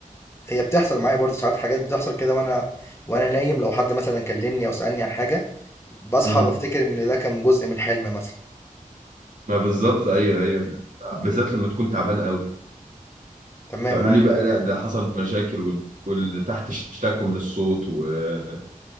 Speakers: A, on the left; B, on the right.
A: هي بتحصل معايا برضه ساعات حاجات بتحصل كده وانا وانا نايم لو حد مثلا كلمني او سالني عن حاجه بصحى
B: امم
A: بفتكر ان ده كان جزء من حلم مثلا
B: ما بالظبط ايوه ايوه بالذات
A: امم
B: لما تكون تعبان قوي
A: تمام
B: فقالوا
A: اه
B: لي بقى لا ده حصل مشاكل وال... واللي تحت اشتكوا من الصوت ويعني